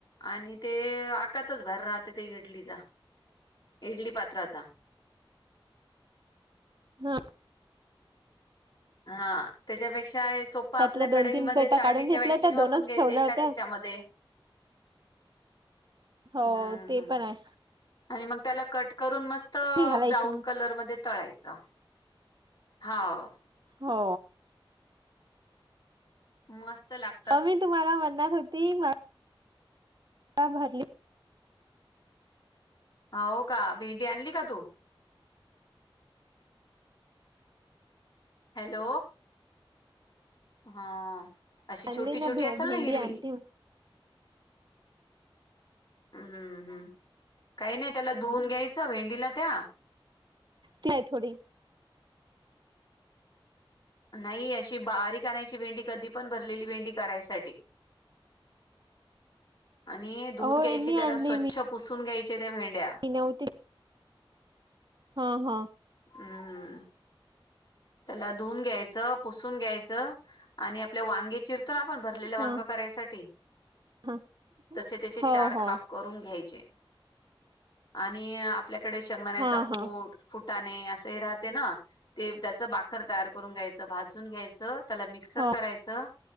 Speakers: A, on the left (about 50°); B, on the right (about 55°).
A: आणि ते आकातच बाहेर राहते ते इडलीचा इडली पात्राचा
B: हा
A: हा त्याच्यापेक्षा सोप आपल्या
B: त्यातल्या
A: कडईमध्ये
B: दोन तीन प्लेटा
A: चाळणी
B: काढून घेतल्या
A: ठेवायची
B: होत्या
A: वापून
B: दोनच
A: घ्यायच
B: ठेवल्या
A: एकाच
B: होत्या
A: याच्यामध्ये
B: हो
A: हम्म
B: ते
A: हम्म
B: पण आहे
A: आणि मग त्याला कट करून मस्त तर
B: मी घालायची
A: ब्राऊन
B: मग
A: कलरमध्ये तळायचं होा
B: हो
A: मस्त लागते
B: अ मी तुम्हाला म्हणणार होती म ह भरली
A: हो का भेंडी आणली का तू हॅलो हा अशी
B: आणली
A: छोटी
B: ना
A: छोटी
B: भे
A: असेल
B: भेंडी
A: ना हिरवी
B: आणली
A: हम्म हम्म काही नाही त्याला धुवून घ्यायचं भेंडीला त्या
B: ती आहे थोडी
A: नाही अशी बारी काायची भेंडी कधी पण भरलेली भेंडी करायसाठी आणि धुऊून
B: हो
A: घ्यायची
B: यांनी
A: त्याला
B: आणली
A: स्वच्छ
B: मी
A: पुसून घ्यायचे त्या भेंड्या
B: मी नव्हती हा हा
A: हम्म त्याला धुऊून घ्यायचं पुसून घ्यायचं आणि आपल्या वांगेचीर तून आपण भरलेलं वांग
B: हा
A: करायसाठी
B: हा
A: तसे त्याचे चार
B: हो हो
A: खाप करून घ्यायचे आणि आपल्याकडे शेंगदाण्याचा
B: हा
A: कूट
B: हा
A: फुटाणे असं हे राहते ना ते त्याचं बाखर तयार करून घ्यायचं भाजून घ्यायचं त्याला मिक्सर
B: हो
A: करायचं